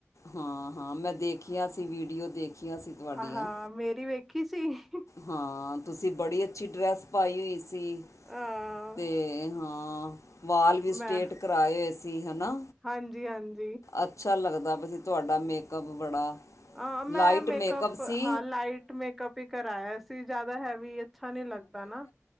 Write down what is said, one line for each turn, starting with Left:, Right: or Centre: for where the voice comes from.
Left: ਹਾਂ ਹਾਂ ਮੈਂ ਦੇਖੀਆਂ ਸੀ ਵੀਡੀਓ ਦੇਖੀਆਂ ਸੀ ਤੁਹਾਡੀਆਂ
Centre: ਆਹ ਮੇਰੀ ਵੇਖੀ ਸੀ
Left: ਹਾਂ ਤੁਸੀਂ ਬੜੀ ਅੱਛੀ ਡਰੈੱਸ ਪਾਈ ਹੋਈ ਸੀ
Centre: ਅ
Left: ਤੇ ਹਾਂ ਵਾਲ ਵੀ ਸਟੇਟ
Centre: ਮੈਂ
Left: ਕਰਵਾਏ। ਹੀ ਹਨਾ,
Centre: ਹਾਂਜੀ, ਹਾਂਜੀ,
Left: ਅੱਛਾ ਲੱਗਦਾ ਬਈ। ਤੁਹਾਡਾ ਮੇਕਅੱਪ ਬੜਾ
Centre: ਹਾਂ ਮੈਂ
Left: ਲਾਈਟ
Centre: ਮੇਕਅਪ
Left: ਸੀ
Centre: ਹਾਂ ਲਾਈਟ ਮੇਕਅਪ ਹੀ ਕਰਾਇਆ ਸੀ ਜਾ ਜਿਆਦਾ ਹੈ ਵੀ ਅੱਛਾ ਨੀ ਲੱਗਦਾ ਨਾ।